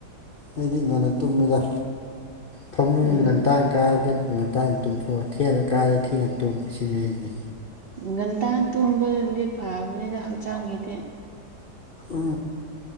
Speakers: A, on the left; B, on the right.
A: ꯑꯩꯗꯤ ꯉꯟꯅ ꯇꯨꯝꯃꯤꯗ ꯐꯃꯨꯡ
B: ꯎꯝ
A: ꯉꯟꯇꯥꯡ ꯀꯥꯗꯦ ꯄꯨꯡ ꯉꯟꯇꯥꯗ ꯇꯨꯝꯊꯣꯛꯑꯒ ꯊꯦꯟꯅ ꯀꯥꯏꯗ ꯊꯦꯡꯅ ꯇꯨꯝ ꯁꯤꯖꯤꯟꯅꯔꯤꯁꯤ
B: ꯉꯒꯟꯇꯥ ꯇꯨꯝꯕꯗꯨꯅꯗꯤ ꯐꯕꯅꯤꯗ ꯍꯛꯆꯥꯡꯒꯤꯗꯤ
A: ꯎ